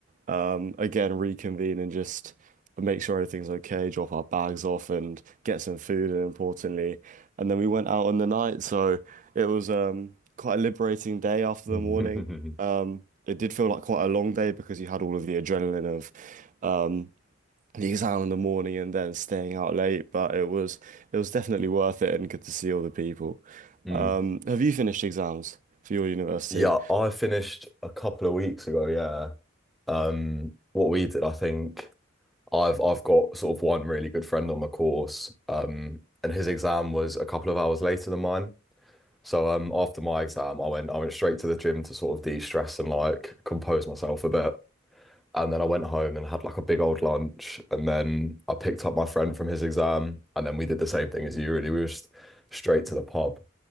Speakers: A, on the right; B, in the centre.
A: um, again, reconvene and just make sure everything's okay, drop our bags off and get some food and importantly. And then we went out on the night. So it was um, quite a liberating day after
B: <laughs>
A: the morning. Um, it did feel like quite a long day because you had all of the adrenaline of um, the exam in the morning and then staying out late. But it was it was definitely worth it and good to see all the people.
B: Mm.
A: Um, have you finished exams for your university?
B: Yeah, I finished a couple of weeks ago, yeah. Um, what we did, I think I've I've got sort of one really good friend on the course, um, and his exam was a couple of hours later than mine. So um after my exam I went I went straight to the gym to sort of de-stress and like compose myself a bit. And then I went home and had like a big old lunch. And then I picked up my friend from his exam. And then we did the same thing as you, really. We were just straight to the pub.